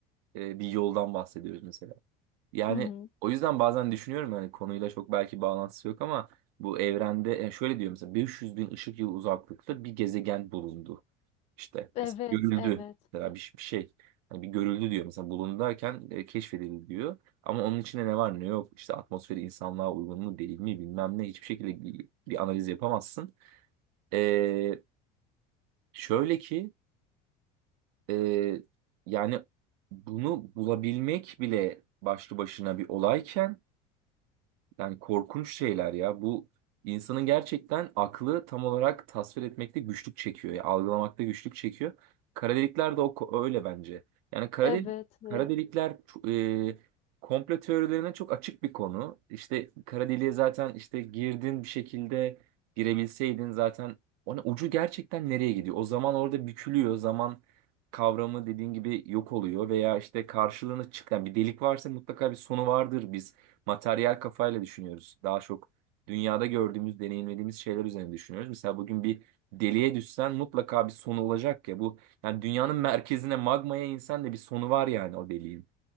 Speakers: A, on the right (about 80°); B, on the left (about 35°).
A: e, bir yoldan bahsediyoruz mesela. Yani
B: Hı hı.
A: o yüzden bazen düşünüyorum yani konuyla çok belki bağlantısı yok ama bu evrende yani şöyle diyor mesela 500 bin ışık yılı uzaklıkta bir gezegen bulundu. İşte
B: Evet
A: mesela görüldü
B: evet
A: mesela bir, bir şey. Hani bir görüldü diyor mesela bulundu derken e, keşfedildi diyor. Ama onun içinde ne var ne yok işte atmosferi insanlığa uygun mu değil mi bilmem ne hiçbir şekilde bir, bir analiz yapamazsın. E, Şöyle ki e, yani bunu bulabilmek bile başlı başına bir olayken yani korkunç şeyler ya. Bu insanın gerçekten aklı tam olarak tasvir etmekte güçlük çekiyor. ya algılamakta güçlük çekiyor. Kara delikler de o, ko- öyle bence. Yani kara,
B: evet
A: delik, kara
B: evet.
A: delikler ço- e, komplo teorilerine çok açık bir konu. İşte kara deliğe zaten işte girdin bir şekilde girebilseydin zaten ona ucu gerçekten nereye gidiyor? O zaman orada bükülüyor. Zaman kavramı dediğin gibi yok oluyor veya işte karşılığını çıkan bir delik varsa mutlaka bir sonu vardır. Biz materyal kafayla düşünüyoruz. Daha çok dünyada gördüğümüz, deneyimlediğimiz şeyler üzerine düşünüyoruz. Mesela bugün bir deliğe düşsen mutlaka bir sonu olacak ya. Bu yani dünyanın merkezine magmaya insen de bir sonu var yani o deliğin.